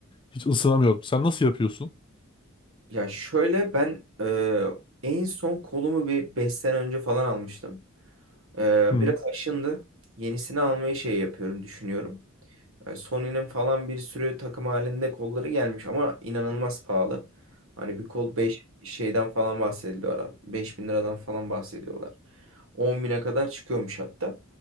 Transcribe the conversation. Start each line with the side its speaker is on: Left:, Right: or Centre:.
Left: hiç ısınamıyorum. Sen nasıl yapıyorsun?
Right: Ya şöyle ben e, en son kolumu bir 5 sene önce falan almıştım. Ee,
Left: Hı hı.
Right: biraz aşındı. Yenisini almayı şey yapıyorum, düşünüyorum. Yani Sony'nin falan bir sürü takım halinde kolları gelmiş ama inanılmaz pahalı. Hani bir kol 5 şeyden falan bahsediliyor ara. beş bin liradan falan bahsediyorlar. 10 bine kadar çıkıyormuş hatta.